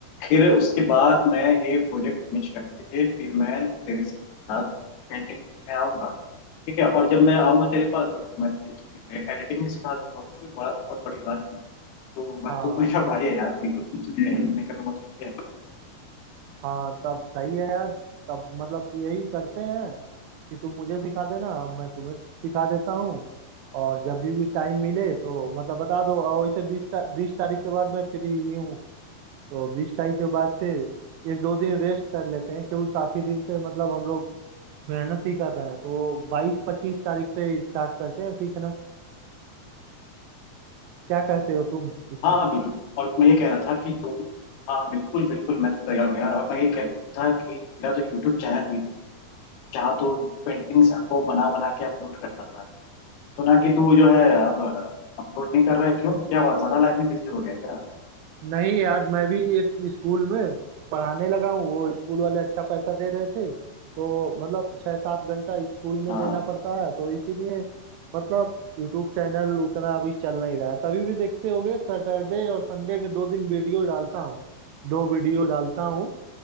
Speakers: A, on the left; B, on the right.
A: फिर उसके बाद मैं ये प्रोजेक्ट फिनिश करके फिर मैं तेरे साथ पेंटिंग सीखने आऊंगा ठीक है और जब मैं आऊंगा तेरे पास तो मैं तुझे एडिटिंग भी सिखा दूंगा उसमें कोई बड़ा बहुत बड़ी बात नहीं है तो मैं
B: हाँ
A: तू मेरा भाई है यार बिल्कुल तुझे हेल्प नहीं करूंगा तो तुझे
B: हाँ तब सही है यार तब मतलब यही करते हैं कि तुम मुझे सिखा देना मैं तुम्हें सिखा देता हूँ और जब भी भी टाइम मिले तो मतलब बता दो और वैसे बीस बीस तारीख के बाद मैं फ्री ही हूँ तो बीस तारीख के बाद से एक दो दिन रेस्ट कर लेते हैं क्योंकि काफी दिन से मतलब हम लोग मेहनत ही कर रहे हैं तो बाईस पच्चीस तारीख से स्टार्ट करते हैं सीखना क्या कहते हो तुम इस
A: हाँ
B: पे
A: हाँ बिल्कुल और मैं ये कह रहा था कि तू हाँ बिल्कुल बिल्कुल मैं तो तैयार हूँ यार और मैं ये कह रहा था कि तेरा तो यूट्यूब चैनल भी था जहाँ तू पेंटिंग्स को बना बना के अपलोड करता था सुना कि तू जो है अब अपलोड नहीं कर रहा है क्यों क्या हुआ ज्यादा लाइफ में बिजी हो गया क्या
B: नहीं यार मैं भी एक स्कूल में पढ़ाने लगा हूँ वो स्कूल वाले अच्छा पैसा दे रहे थे तो मतलब छः सात घंटा स्कूल में
A: हाँ
B: देना पड़ता है तो इसीलिए मतलब यूट्यूब चैनल उतना अभी चल नहीं रहा है तभी भी देखते होगे सैटरडे और संडे में दो दिन वीडियो डालता हूँ दो वीडियो डालता हूँ